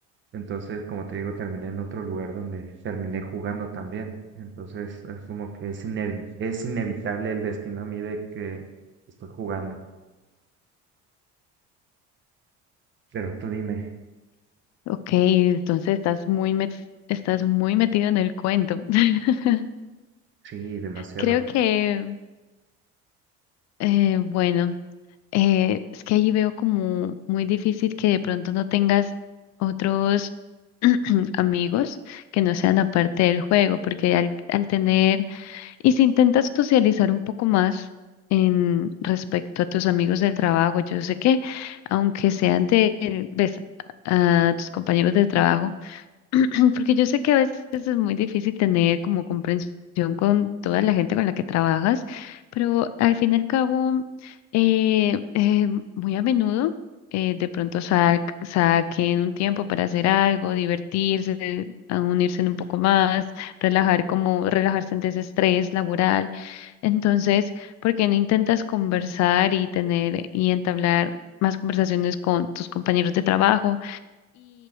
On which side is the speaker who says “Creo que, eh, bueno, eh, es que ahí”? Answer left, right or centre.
Left